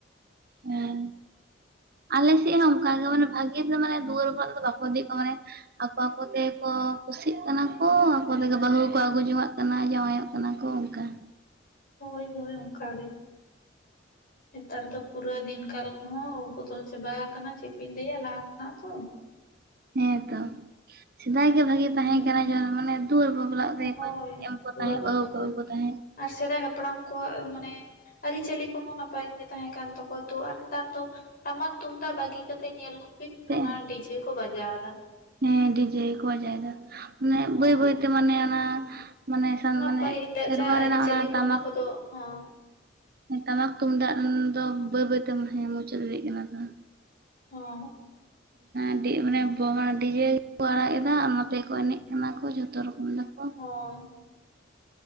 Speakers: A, on the right; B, on the left.
A: ᱦᱮᱸ ᱟᱞᱮ ᱥᱮᱫ ᱦᱚᱸ ᱚᱱᱠᱟ ᱜᱮ ᱢᱟᱱᱮ ᱵᱷᱟᱜᱤ ᱠᱤᱱ ᱫᱚ ᱢᱟᱱᱮ ᱫᱩᱣᱟᱹᱨ ᱠᱷᱚᱱᱟᱜ ᱫᱚ ᱵᱟᱠᱟ ᱤᱫᱤᱭᱮᱛ ᱠᱚᱣᱟ ᱢᱟᱱᱮ ᱟᱠᱚ ᱟᱠᱚ ᱛᱮᱠᱚ ᱠᱩᱥᱤᱜ ᱠᱟᱱᱟ ᱠᱚ ᱟᱠᱚ ᱛᱮ ᱵᱟᱹᱦᱩ ᱠᱚ ᱟᱹᱜᱩ ᱡᱚᱝᱟᱜ ᱠᱟᱱᱟ ᱡᱟᱶᱟᱭᱚᱜ ᱠᱟᱱᱟ ᱠᱚ ᱚᱱᱠᱟ᱾
B: ᱦᱳᱭ ᱦᱳᱭ ᱚᱱᱠᱟ ᱜᱮ᱾ ᱱᱮᱛᱟᱨ ᱫᱚ ᱯᱩᱨᱟᱹ ᱫᱤᱱ ᱠᱟᱞ ᱠᱚᱦᱚᱸ ᱵᱚᱫᱚᱞ ᱪᱟᱵᱟ ᱟᱠᱟᱱᱟ ᱪᱮᱫ ᱵᱤᱱ ᱞᱟᱹᱭᱟ ᱞᱟᱦᱟ ᱠᱷᱚᱱᱟᱜ ᱫᱚ
A: ᱦᱮᱸᱛᱚ ᱥᱮᱫᱟᱭ ᱜᱮ ᱵᱷᱟᱜᱤ ᱛᱟᱦᱮᱸ
B: ᱦᱩᱸ
A: ᱠᱟᱱᱟ ᱢᱟᱱᱮ ᱫᱩᱣᱟᱹᱨ ᱵᱟᱯᱞᱟᱜ ᱨᱮ ᱛᱮᱜᱠᱚ
B: ᱦᱳᱭ
A: ᱮᱢ ᱠᱚ
B: ᱫᱩᱣᱟᱹᱨ
A: ᱛᱟᱦᱮᱸᱜ
B: ᱵᱟᱯᱞᱟ
A: ᱵᱟᱹᱦᱩ ᱠᱚᱜ ᱠᱚ ᱛᱟᱦᱮᱸᱫ
B: ᱟᱨ ᱥᱮᱫᱟᱭ ᱦᱟᱯᱲᱟᱢ ᱠᱚᱣᱟᱜ ᱢᱟᱱᱮ ᱟᱹᱨᱤᱪᱟᱹᱞᱤ ᱠᱚᱦᱚᱸ ᱱᱟᱯᱟᱭ ᱜᱮ ᱛᱟᱦᱮᱸ ᱠᱟᱱ ᱛᱟᱠᱚᱣᱟ ᱛᱚ ᱟᱨ ᱱᱮᱛᱟᱨ ᱫᱚ ᱴᱟᱢᱟᱠ ᱛᱩᱢᱫᱟᱜ ᱵᱟᱹᱜᱤ ᱠᱟᱛᱮᱫ ᱧᱮᱞᱠᱩᱵᱤᱱ
A: ᱛᱮ
B: ᱚᱱᱟ ᱰᱤᱡᱮ ᱠᱚ ᱵᱟᱡᱟᱣ ᱮᱫᱟ᱾
A: ᱦᱮᱸ ᱰᱤᱡᱮ ᱜᱮ ᱠᱚ ᱵᱟᱡᱟᱭᱫᱟ ᱢᱟᱱᱮ
B: ᱦᱚᱸ
A: ᱵᱟᱹᱭ ᱵᱟᱹᱭᱛᱮ ᱢᱟᱱᱮ ᱚᱱᱟ ᱢᱟᱱᱮ
B: ᱚᱱᱟ
A: ᱢᱟᱱᱮ
B: ᱯᱟᱹᱦᱤᱞᱟᱜ
A: ᱥᱮᱨᱣᱟ
B: ᱡᱟᱦᱟᱸ
A: ᱨᱮᱱᱟᱜ
B: ᱟᱹᱨᱤᱪᱟᱹᱞᱤ
A: ᱚᱱᱟ
B: ᱠᱚ
A: ᱴᱟᱢᱟᱠ
B: ᱠᱚᱫᱚ ᱦᱚᱸ
A: ᱴᱟᱢᱟᱠ ᱛᱩᱢᱫᱟᱜ ᱨᱮᱱ ᱫᱚ ᱵᱟᱹᱭ ᱵᱟᱹᱭ ᱛᱮ ᱢᱩᱪᱟᱹᱫ ᱤᱫᱤᱜ ᱠᱟᱱᱟ ᱛᱚ
B: ᱦᱚᱸᱻ <unintelligible>
A: ᱟᱹᱰᱤ ᱢᱟᱱᱮ ᱰᱤᱡᱮ ᱜᱮᱠᱚ ᱟᱲᱟᱜ ᱮᱫᱟ ᱚᱱᱟᱛᱮᱠᱚ ᱮᱱᱮᱡ ᱠᱟᱱᱟ ᱠᱚ ᱡᱷᱚᱛᱚ ᱨᱚᱠᱚᱢ ᱫᱟᱠᱚ
B: ᱦᱳᱭ